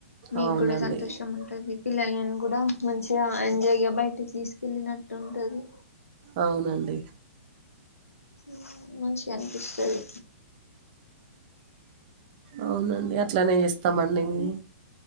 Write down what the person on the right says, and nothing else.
అవునండి.
అవునండి
అవునండి అట్లనే చేస్తామన్ మీర్